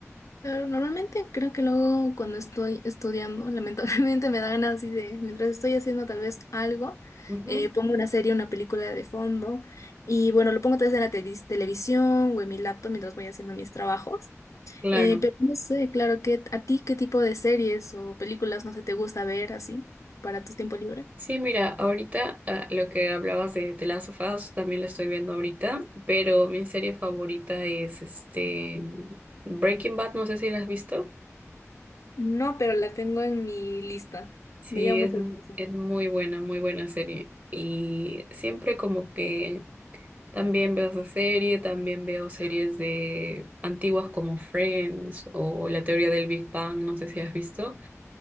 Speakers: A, on the left (about 75°); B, on the right (about 35°).
A: Pero normalmente creo que luego cuando estoy estudiando, <laughs> lamentablemente me da ganas así de, mientras estoy haciendo tal vez algo,
B: Ujú,
A: eh, pongo una serie, una película de fondo y bueno, lo pongo tal vez en la tevis- televisión o en mi laptop mientras voy haciendo mis trabajos.
B: claro.
A: Eh, pero no sé, claro, ¿qué, a ti qué tipo de series o películas, no sé, te gusta ver así para tu tiempo libre?
B: Sí, mira, ahorita ah, lo que hablabas de The Last of Us también lo estoy viendo ahorita, pero mi serie favorita es este Breaking Bad, no sé si la has visto.
A: No, pero la tengo en mi lista.
B: Sí,
A: Me llama
B: es,
A: mucho
B: mu-
A: la atención.
B: es muy buena, muy buena serie. Y siempre como que también veo esa serie, también veo series de antiguas como Friends o La teoría del Big Bang, no sé si has visto.